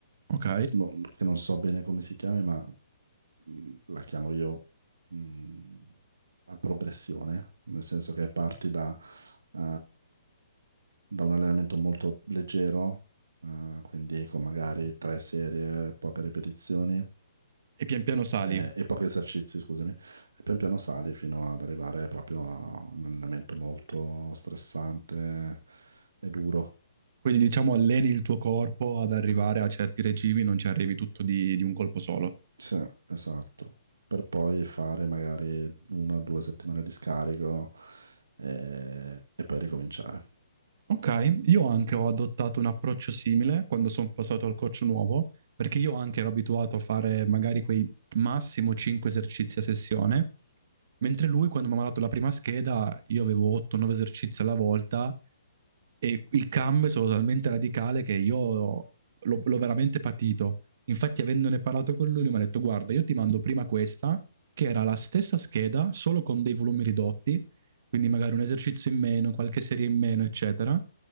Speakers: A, on the right; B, on the right.
A: Ok?
B: no- che non so bene come si chiami, ma mm, la chiamo io, mm, a progressione, nel senso che parti da, eh, da un allenamento molto leggero, eh, quindi con magari tre serie, poche ripetizioni
A: E pian piano sali.
B: eh, e pochi esercizi, scusami, e pian piano sali fino ad arrivare proprio a un allenamento molto stressante e duro.
A: Quindi diciamo alleni il tuo corpo ad arrivare a certi regimi, non ci arrivi tutto di, di un colpo solo.
B: Sì, esatto. Per poi fare magari una o due settimane di scarico eh, e, poi ricominciare.
A: Ok, io anche ho adottato un approccio simile quando sono passato al coach nuovo, perché io anche ero abituato a fare magari quei massimo 5 esercizi a sessione Mentre lui, quando mi ha mandato la prima scheda, io avevo 8-9 esercizi alla volta e il cambio è stato talmente radicale che io l'ho, l'ho veramente patito. Infatti, avendone parlato con lui, lui mi ha detto: Guarda, io ti mando prima questa, che era la stessa scheda, solo con dei volumi ridotti, quindi magari un esercizio in meno, qualche serie in meno, eccetera.